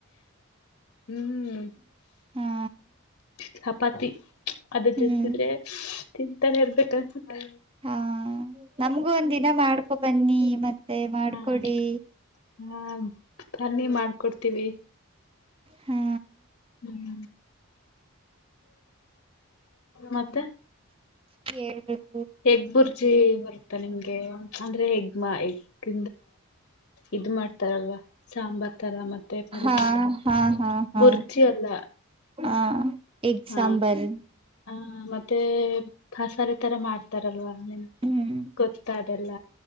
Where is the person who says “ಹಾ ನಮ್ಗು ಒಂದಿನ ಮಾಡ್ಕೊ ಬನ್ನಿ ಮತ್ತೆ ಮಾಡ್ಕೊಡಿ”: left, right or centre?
Right